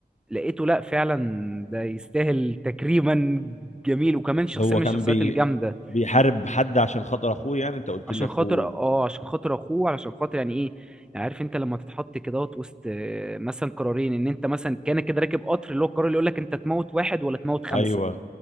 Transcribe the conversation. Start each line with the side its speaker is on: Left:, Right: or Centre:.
Centre: لقيته لا فعلا ده يستاهل تكريما جميل وكمان شخصيه
Left: هو
Centre: من
Left: كان
Centre: الشخصيات
Left: بي
Centre: الجامده
Left: بيحارب حد عشان خاطر اخوه يعني انت قلت
Centre: عشان
Left: لي اخوه
Centre: خاطر اه عشان خاطر اخوه علشان خاطر يعني ايه يعني عارف انت لما تتحط كده وسط آه، مثلا قرارين ان انت مثلا كان كده راكب قطر اللي هو القرار اللي يقول لك انت تموت واحد ولا تموت خمسه
Left: ايوه